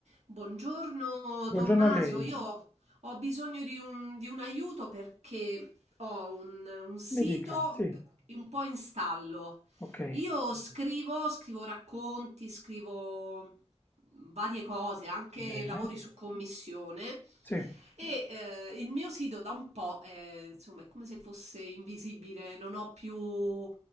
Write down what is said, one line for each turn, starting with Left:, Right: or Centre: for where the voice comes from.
Right: Buongiorno
Left: Buongiorno
Right: Tommaso,
Left: a lei,
Right: io Buongiorno. ho bisogno di un, di un aiuto perché ho un, un sito
Left: mi dica, sì,
Right: un po' in stallo.
Left: ok,
Right: Io scrivo, scrivo racconti, scrivo varie cose, anche
Left: bene,
Right: lavori su commissione
Left: sì,
Right: e eh, il mio sito da un po' è, insomma, è come se fosse invisibile, non ho più